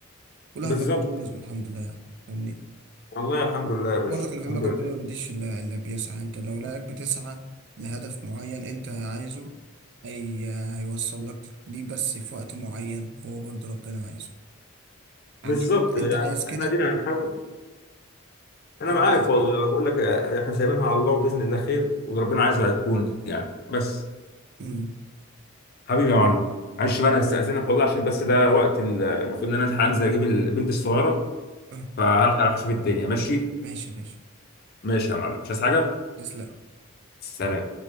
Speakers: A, on the right; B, on the left.
A: كل واحد
B: بالظبط
A: مكتوب له رزقه الحمد لله يعني فاهمني
B: والله الحمد لله يا باشا
A: برضه خلي
B: الحمد
A: في علمك
B: لله
A: ربنا ما بيديش إلا اللي بيسعى أنت لو لقاك بتسعى لهدف معين أنت عايزه هي هيوصل لك ليه بس في وقت معين هو برضه ربنا عايزه يعني
B: بالظبط
A: شوف أنت
B: يعني
A: أنت عايز كده
B: احنا دينا هنحاول انا
A: هو
B: معاك
A: عايز
B: والله
A: كده
B: بقول لك آه، احنا سايبينها على الله وباذن الله خير واللي ربنا عايزه هيكون يعني بس
A: امم
B: حبيبي يا معلم معلش بقى انا هستأذنك والله عشان بس ده وقت ال- المفروض ان انا هنزل اجيب البنت الصغيره
A: آه،
B: فهلحق اشوف الدنيا ماشي
A: ماشي يا باشا
B: ماشي يا معلم مش عايز حاجه
A: تسلم
B: سلام